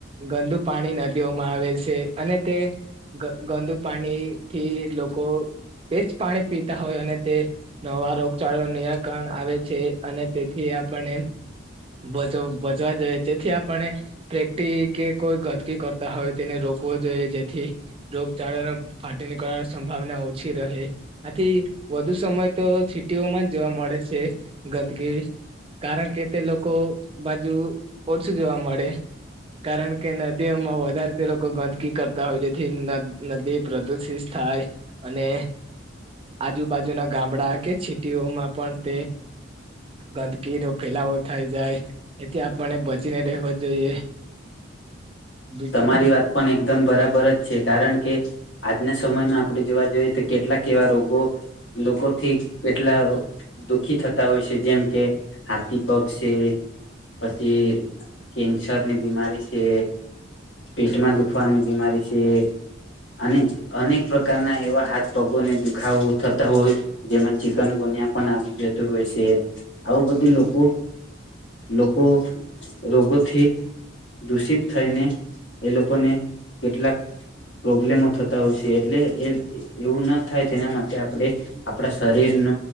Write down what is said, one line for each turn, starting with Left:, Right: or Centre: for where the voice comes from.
Right: ગંદુ પાણી નદીઓમાં આવેલ છે અને તે ગ ગંદુ પાણી થી લોકો તે જ પાણી પીતા હોય અને તે નવા રોગચાળા નિરાકરણ આવે છે અને તેથી આપણે બચ બચવા જોઈએ જેથી આપણે <unintelligible> કે કોઈ ગંદકી કરતા હોય તેને રોકવો જોઈએ જેથી રોગચાળાને ફાટી નીકળવાની સંભાવના ઓછી રહે આથી વધુ સમય તો છીટીઓમાં જ જોવા મળે છે ગંદકી કારણ કે તે લોકો બાજુ ઓછું જોવા મળે કારણ કે નદીઓમાં વધારે તે લોકો ગંદકી કરતા હોય જેથી નદી પ્રદુષિત થાય અને આજુબાજુ ના ગામડા કે છીટીઓમાં પણ તે ગંદકીનો ફેલાવો થાય જાય એથી આપણે બચીને રહેેવો જોઈએ બીજું
Left: તમારી વાત પણ એકદમ બરાબર જ છે કારણ કે આજના સમયમાં આપડણે જોવા જોઈએ તો કેટલાક એવા રોગો લોકોથી એટલા દુઃખી થતા હોય છે જેમ કે હાથી પગ છે પછી કેન્સર ની બીમારી છે પેટમાં દુખવાની બીમારી છે અને અનેક પ્રકારના એવા હાથ પગોને દુખાવો થતા હોય જેમાં ચિકન ગુનિયા પણ આવી જતું હોય છે આવું બધું લોકો લોકો રોગોથી દૂષિત થઈને એ લોકોને કેટલાક પ્રોબ્લેમો થતા હોય છે એટલે એવું ના થાય તેના માટે આપણે આપણા શરીર ન